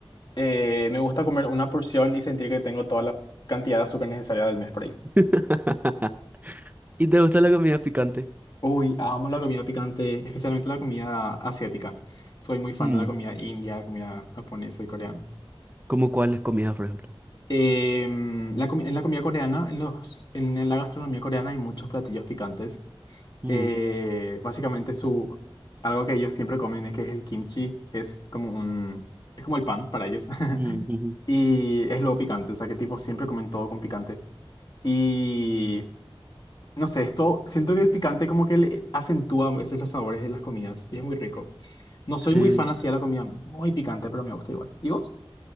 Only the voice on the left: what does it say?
eh, me gusta comer una porción y sentir que tengo toda la cantidad de azúcar necesaria del mes por ahí.
Uy, amo la comida picante, especialmente la comida asiática. Soy muy fan
de la comida india, comida japonesa y coreana.
Em, la comi- en la comida coreana, en los, en la gastronomía coreana hay muchos platillos picantes.
eh, básicamente su, algo que ellos siempre comen, eh, que es el kimchi, es como un, es como el pan para ellos. <laughs>
Y es lo picante, o sea que tipo siempre comen todo con picante. Y no sé, esto, siento que el picante como que le acentúa a veces los sabores de las comidas y es muy rico. No soy
muy fan así de la comida muy picante, pero me gusta igual. ¿Y vos?